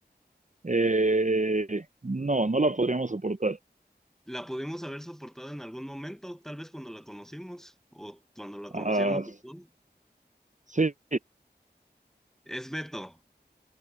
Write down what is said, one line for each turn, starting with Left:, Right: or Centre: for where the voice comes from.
Right: Eh, no, no la podríamos soportar.
Centre: ¿La pudimos haber soportado en algún momento? Tal vez cuando la conocimos o cuando la conocíamos.
Right: Ah,
Centre: después.
Right: sí,
Centre: Es Beto.